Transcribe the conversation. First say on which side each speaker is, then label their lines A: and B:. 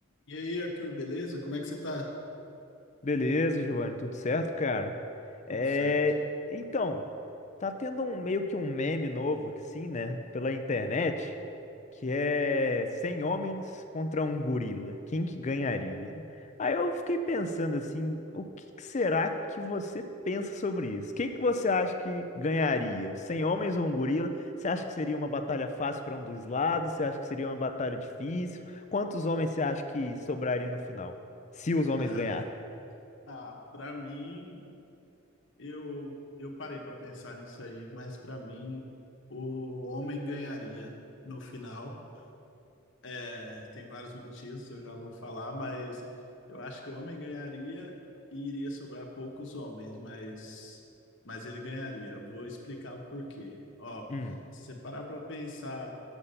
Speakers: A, on the left (about 60°); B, on the left (about 35°).
A: E aí, Arthur, beleza? Como é que você tá?
B: Beleza, Giovanni, tudo certo, cara?
A: Tudo
B: É,
A: certo.
B: então, tá tendo um meio que um meme novo, que sim, né, pela internet, que é 100 homens contra um gorila. Quem que ganharia? Aí eu fiquei pensando assim, o que que será que você pensa sobre isso? Quem que você acha que ganharia? Os 100 homens ou um gorila? Você acha que seria uma batalha fácil para um dos lados? Você acha que seria uma batalha difícil? Quantos homens você acha que sobraria no final? Se os
A: <laughs>
B: homens
A: Ah,
B: ganhassem?
A: ah, para mim, eu eu parei para pensar nisso aí, mas para mim o homem ganharia no final. É, tem vários motivos, eu já vou falar, mas eu acho que o homem ganharia e iria sobrar poucos homens, mas mas ele ganharia. Vou explicar o porquê. Ó,
B: Hum,
A: se você parar para pensar